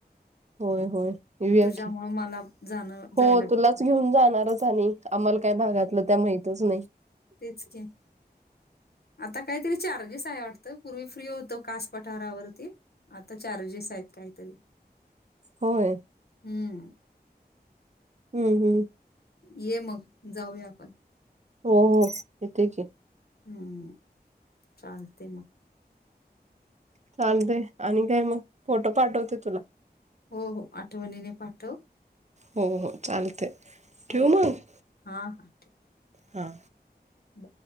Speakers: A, on the right (about 45°); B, on the left (about 70°).
A: होय होय येऊया
B: तुझ्यामुळे
A: की
B: मला जाणं
A: हो
B: जायला भेटेल
A: तुलाच घेऊन जाणारच आणि आम्हाला काय भागातलं त्या माहितच नाही.
B: तेच की. आता काहीतरी चार्जेस आहे वाटतं, पूर्वी फ्री होत कास पठारावरती. आता चार्जेस आहेत काहीतरी.
A: होय!
B: हम्म.
A: हम्म हम्म.
B: ये मग, जाऊया आपण.
A: हो हो येते की.
B: हम्म, चालतंय मग.
A: चालतंय, आणि काय मग फोटो पाठवते तुला.
B: हो हो, आठवणीने पाठव.
A: हो हो, चालतंय ठेऊ
B: ओके
A: मग!
B: हां हां
A: हां.
B: ठेव